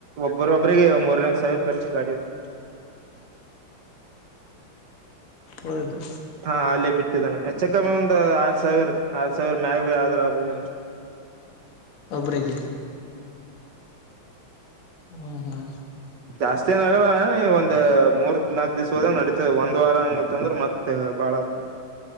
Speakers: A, on the right; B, on the left.
A: ಒಬ್ಬ್ರೊಬ್ರಿಗೆ ಮೂರನಾಲ್ಕ್ ಸಾವಿರ ಖರ್ಚ ಗಾಡಿ <inaudible>
B: ಒಳ್ಳೇದು
A: ಹಾ ಅಲ್ಲೇ ಬಿಟ್ಟಿದ್ದಾನೆ ಹೆಚ್ಚಕಮ್ಮಿ ಒಂದು ಆರ್ ಸಾವಿರ ಆರ್ ಸಾವಿರ ಮ್ಯಾಗನೇ ಆದ್ರ ಆಗ್ಬಹುದು <inaudible>
B: ಒಬ್ರರಿಗೆ -ಹ್ಮ ಹ್ಮ್
A: ಜಾಸ್ತಿ ಏನ ಆಗಲ್ಲ ಒಂದ್ ಮೂರ್ ನಾಕ್ ದಿವ್ ಹೋದ ನಡಿತತದ ಒಂದ್ ವಾರ ಅಂಗಂತಂದ್ರ ಮತ್ತತ್ ಬಾಳ <inaudible>